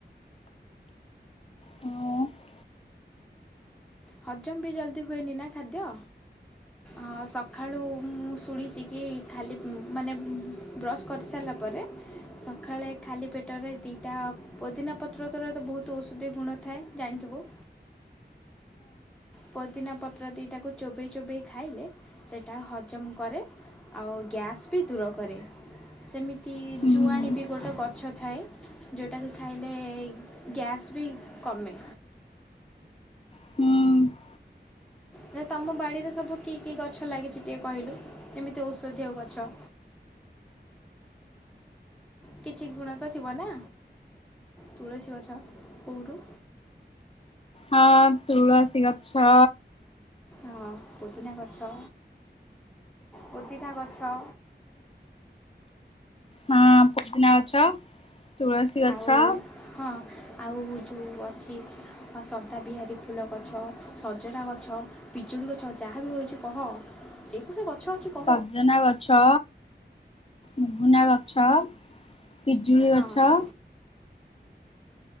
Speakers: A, on the left (about 35°); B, in the centre.
A: ହଁ
B: ହଜମ ବି ଜଲ୍ଦି ହୁଏନି ନା ଖାଦ୍ୟ। ହଁ ସକାଳୁ ମୁଁ ଶୁଣିଛି କି ଖାଲି ମାନେ ବ୍ରସ୍ କରିସାରିଲା ପରେ ସକାଳେ ଖାଲି ପେଟରେ ଦୁଇଟା ପୋଦିନା ପତ୍ର ଦ୍ୱାରା ତ ବହୁତ ଔଷଧୀୟ ଗୁଣ ଥାଏ ଜାଣିଥିବୁ। ପୋଦିନା ପତ୍ର ଦୁଇଟାକୁ ଚୋବେଇ ଚୋବେଇ ଖାଇଲେ ସେଇଟା ହଜମ କରେ। ଆଉ ଗ୍ୟାସ୍ ବି ଦୂର କରେ ସେମିତି
A: ତୁଳସୀ
B: ଜୁଆଣୀ ବି ଗୋଟେ ଗଛ ଥାଏ। ଯେଉଁଟାକି ଖାଇଲେ ଗ୍ୟାସ୍ ବି କମେ।
A: ହୁଁ।
B: ନା ତମ ବାଡ଼ିରେ ସବୁ କି କି ଗଛ ଲାଗିଛି ଟିକିଏ କହିଲୁ ଏମିତି ଔଷଧୀୟ ଗଛ କିଛି ଗୁଣ ତ ଥିବ ନା ତୁଳସୀ ଗଛ କୋଉଠୁ
A: ହଁ ତୁଳସୀ ଗଛ।
B: ହଁ ପୋଦିନା ଗଛ ପୋଦିନା ଗଛ।
A: ହଁ ପୋଦିନା ଗଛ, ତୁଳସୀ ଗଛ
B: ଆଉ ହଁ ଆଉ ଯୋଉ ଅଛି ବା ସର୍ଦା ବିହାରୀ ଫୁଲ ଗଛ ସଜନା ଗଛ ପିଜୁଳି ଗଛ ଯାହା ବି ହଉଛି କହ ଗଛ ଅଛି କ
A: ସଜନା ଗଛ ମୁଗୁନା ଗଛ, ପିଜୁଳି
B: ହଁ
A: ଗଛ